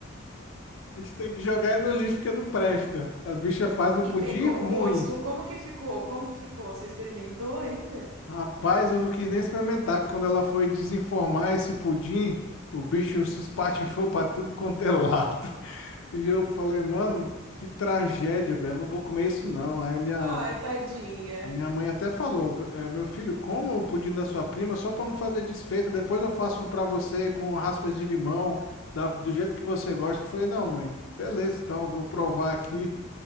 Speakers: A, on the left; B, on the right.
A: A gente tem que jogar no lixo porque não presta. A bicha faz um pudim
B: E pegou
A: ruim.
B: o gosto. Como que ficou? Como que ficou? Você experimentou ainda?
A: Rapaz, eu não quis nem experimentar, que quando ela foi desenformar esse pudim, o bicho se espatifou pra tudo quanto é lado. <laughs> E eu falei, mano, que tragédia, velho, eu não vou comer isso não. Aí minha,
B: Ai, tadinha.
A: a minha mãe até falou, "É, meu filho, coma o pudim da sua prima só pra não fazer desfeita, depois eu faço um pra você com raspas de limão, da- do jeito que você gosta. Eu falei, não, mãe, beleza, então, eu vou provar aqui.